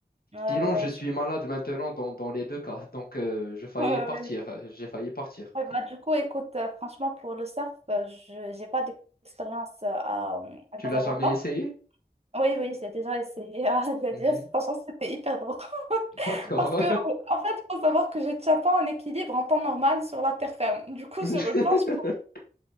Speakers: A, on the right; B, on the left.
A: Ouais, ouais,
B: Sinon, je
A: ouais,
B: suis
A: je-
B: malade maintenant dans, dans les deux cas. Donc, euh, je failli
A: ouais, ouais.
B: partir.
A: Ouais, ouais.
B: euh, J'ai failli partir.
A: Ouais, bah, du coup, écoute, euh, franchement, pour le surf, euh, je j'ai pas d'expérience euh, à, euh, à
B: Tu
A: Casablanca.
B: l'as jamais essayé?
A: Oui, oui, j'ai déjà essayé à <laughs> le
B: Mhm.
A: dire Franchement, c'était hyper drôle. <laughs>
B: D'accord.
A: Parce que, en fait, il faut savoir que je ne tiens pas en équilibre en temps normal sur la terre ferme. Du coup,
B: <laughs>
A: sur une planche,